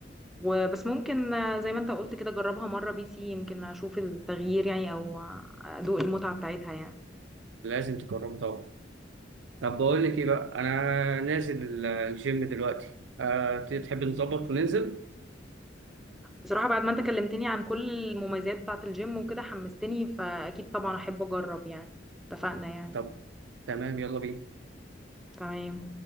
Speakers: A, in the centre; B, on the right.
A: وبس ممكن آه، زي ما انت قلت كده جربها مرة بي سي يمكن اشوف التغيير يعني او ادوق المتعة بتاعتها يعني
B: لازم تجربه طبعا طب بقول لك ايه بقى انا نازل ال- الجيم دلوقتي أه تحب نظبط وننزل
A: بصراحة بعد ما انت كلمتني عن كل المميزات بتاعة الجيم وكده حمستني فاكيد طبعا احب اجرب يعني اتفقنا يعني
B: طب تمام يلا بينا
A: تمام